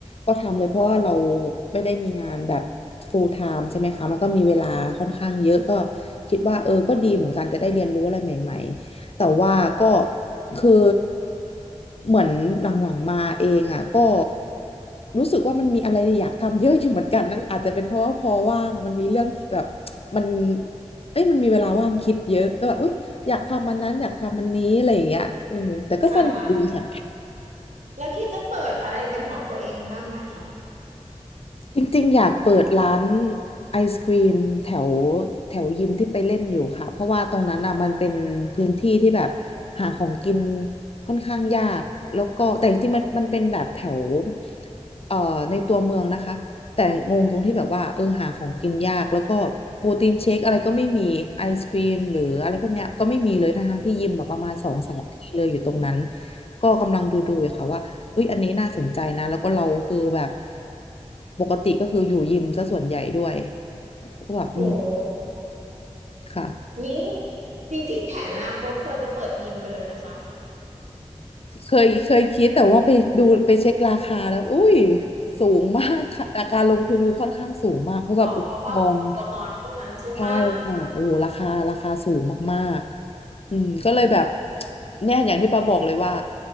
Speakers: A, on the left; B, on the right.
A: ก็ทำเลยเพราะว่าเราไม่ได้มีงานแบบ full time ใช่ไหมคะมันก็มีเวลาค่อนข้างเยอะก็คิดว่าเออก็ดีเหมือนกันจะได้เรียนรู้อะไรใหม่ๆแต่ว่าก็คือเหมือนหลังๆมาเองอ่ะก็รู้สึกว่ามันมีอะไรอยากทำเยอะอยู่เหมือนกันนั่นอาจจะเป็นเพราะว่าพอว่างมันมีเรื่องแบบมันเอ้ยมันมีเวลาว่างคิดเยอะก็แบบอุ้ย อยากทำอันนั้นอยากทำอันนี้อะไรอย่างเงี้ยเออแต่ก็สนุกดีค่ะ
B: อ่ะแล้วคิดจะเปิดอะไรเป็นของตัวเองบ้างไหมคะ
A: จริงๆอยากเปิดร้านไอศกรีมแถวแถวยิมที่ไปเล่นอยู่ค่ะเพราะว่าตรงนั้นอ่ะมันเป็นพื้นที่ที่แบบหาของกินค่อนข้างยากแล้วก็แต่จริงๆมันมันเป็นแบบแถวเอ่อในตัวเมืองนะคะแต่งงตรงที่แบบว่าเออหาของกินยากแล้วก็โปรตีนเชคอะไรก็ไม่มีไอศกรีมหรืออะไรพวกเนี้ยก็ไม่มีเลยทั้งๆที่ยิมแบบประมาณสองสามที่เลยอยู่ตรงนั้นก็กำลังดูๆอยู่ค่ะว่า อุ๊ยอันนี้น่าสนใจนะแล้วก็เราคือแบบปกติก็คืออยู่ยิมซะส่วนใหญ่ด้วยก็แบบอืม
B: โห
A: ค่ะ
B: นี้จริงๆแผนอนาคตควรจะเปิดยิมไปเลยนะคะ
A: เคยเคยคิดแต่ว่าไปดูไปเช็คราคาแล้วอุ้ยสูงมากค่ะการลงทุนคือค่อนข้างสูงมากเพราะแบบอุปกรณ์
B: อ๋อเพราะว่าอุปกรณ์พวกนั้นใช่ปะ
A: ใช่ค่ะโอ้โหราคาราคาสูงมากๆอืมก็เลยแบบเนี่ยอย่างที่ปาบอกเลยว่า